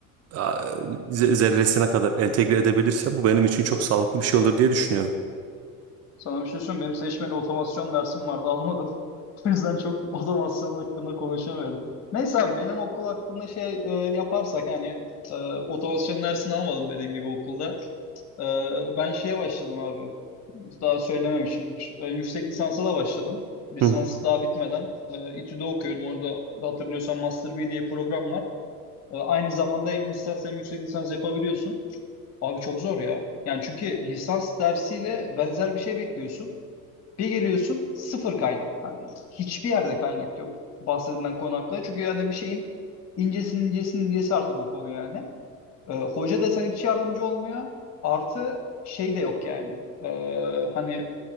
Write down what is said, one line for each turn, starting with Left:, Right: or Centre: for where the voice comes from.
Right: a, ze- zerresine kadar entegre edebilirsem bu benim için çok sağlıklı bir şey olur diye düşünüyorum.
Left: Sana bir şey söyleyeyim. mi? Benim seçmeli otomasyon dersim vardı, almadım. <laughs> O yüzden çok otomasyon hakkında konuşamıyorum. Neyse abi benim okul hakkında şey e, yaparsak hani e, otomasyon dersini almadım dediğim gibi okulda. Ee, ben şeye başladım abi. Daha söylememişimdir. Ee, yüksek lisansa da başladım. Lisans
Right: Hı.
Left: daha bitmeden. Ee, İTÜ'de okuyorum. Orada da hatırlıyorsan Master B diye bir program var. Ee, aynı zamanda hem lisans hem yüksek lisans yapabiliyorsun. Abi çok zor ya. Yani çünkü lisans dersiyle benzer bir şey bekliyorsun. Bir geliyorsun sıfır kaynak. Hani hiçbir yerde kaynak yok bahsedilen konu hakkında. Çünkü yani bir şeyin incesinin incesinin incesi artık o konu yani. Ee, hoca da sana hiç yardımcı olmuyor. Artı şey de yok yani. Ee, hani